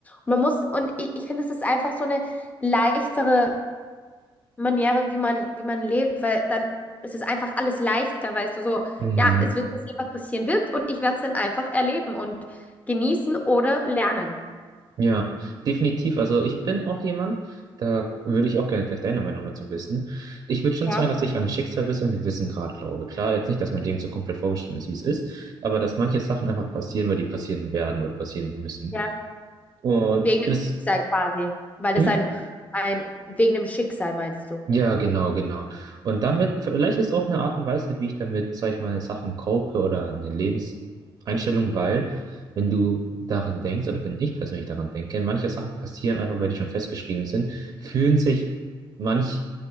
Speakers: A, on the left (about 15°); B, on the right (about 45°).
A: man muss, und ich, ich finde, es ist einfach so eine leichtere Maniere, wie man, wie man lebt, weil dann ist es einfach alles leichter, weißt du, so,
B: mhm.
A: ja, es wird passieren, was passieren wird, und ich werde es dann einfach erleben und genießen oder lernen.
B: Ja, definitiv. Also ich bin auch jemand, da würde ich auch gerne gleich deine Meinung dazu wissen. Ich würde schon
A: Ja,
B: sagen, dass ich an Schicksal bis zu einem gewissen Grad glaube. Klar, jetzt nicht, dass mein Leben so komplett vorgeschrieben ist, wie es ist, aber dass manche Sachen einfach passieren, weil die passieren werden oder passieren müssen.
A: ja.
B: Und
A: Wegen dem
B: das
A: Schicksal quasi. Weil das
B: hm?
A: ein, ein, wegen dem Schicksal meinst du.
B: Ja, genau, genau. Und damit, vielleicht ist auch eine Art und Weise, wie ich damit, sag ich mal, Sachen cope oder eine Lebenseinstellung, weil, wenn du daran denkst, oder wenn ich persönlich daran denke, manche Sachen passieren einfach, weil die schon festgeschrieben sind, fühlen sich manch